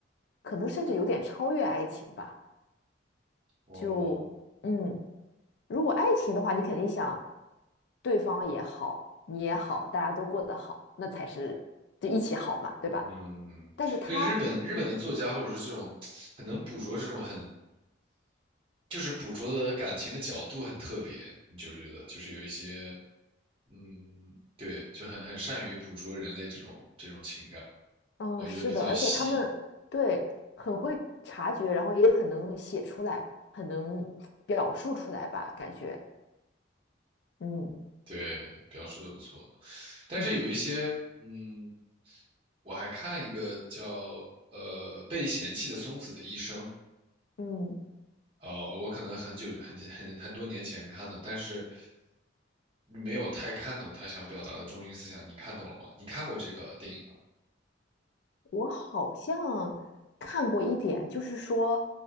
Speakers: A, on the left (about 60°); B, on the right (about 30°).
A: 可能甚至有点超越爱情吧。
B: 我
A: 就嗯，如果爱情的话，你肯定想对方也好，你也好，大家都过得好，那才是就一起好嘛，对吧？
B: 嗯，
A: 但是他
B: 这个日本日本的作家或者说这种很能捕捉这种很就是捕捉的感情的角度很特别，你觉不觉得？就是有一些，嗯，对，就很很善于捕捉人类这种这种情感，
A: 嗯，
B: 我觉得比较细，
A: 是的，而且他们对很会察觉，然后也很能写出来，很能表述出来吧，感觉，嗯
B: 对，表述的不错。但是有一些，
A: 嗯
B: 嗯，我还看一个叫呃被嫌弃的松子的医生，
A: 嗯，
B: 哦、我可能很久很很很多年前看的，但是没有太看懂他想表达的中心思想。你看懂了吗？你看过这个电影吗？
A: 我好像看过一点，就是说